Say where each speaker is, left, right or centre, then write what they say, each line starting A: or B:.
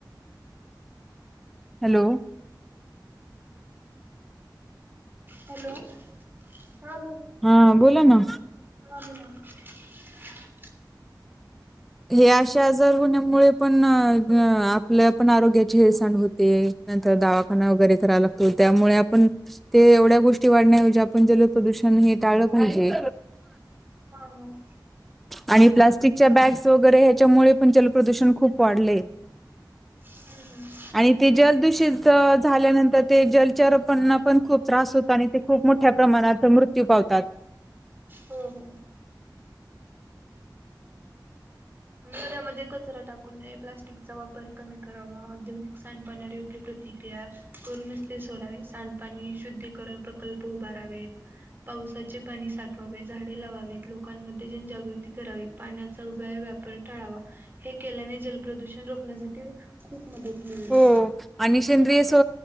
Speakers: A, in the centre; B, on the right (about 30°).
A: हॅलो.
B: हॅलो <inaudible> हा बोल.
A: हा बोला ना.
B: हा बोला. <inaudible>
A: हे अशा आजार होण्यामुळे पण आपल्या पण आरोग्याची हेळसांड होते. नंतर दावाखाना वगैरे करावा लागतो त्यामुळे आपण ते एवढ्या गोष्टी वाढण्याऐवजी आपण जल प्रदूषण हे टाळलं पाहिजे.
B: हा. <unintelligible>
A: आणि प्लास्टिकच्या बॅग्स वगैरे ह्याच्यामुळे पण जलप्रदूषण खूप वाढलय.
B: हम् ह.
A: आणि ते जलदूषित झाल्यानंतर ते जलचर पणांपण खूप त्रास हो आणि ते खूप मोठ्या प्रमाणात मृत्यू पावतात.
B: हो हो. नदयामध्ये कचरा टाकू नये. प्लास्टिकचा वापर कमी करावा. औद्योगिक सांडपाण्यावर योग्य प्रतिक्रिया करूनच ते सोडावे. सांडपाणी शुद्धीकरण प्रकल्प उभारावेत. पावसाचे पाणी साठवावे. झाडे लावावीत. लोकांमध्ये जनजागृती करावी. पाण्याचा व्यय वाप टळावा हे केल्याने जलप्रदूषण रोखण्यासाठी खूप मदत मिळेल.
A: हो आणि सेंद्रिय सो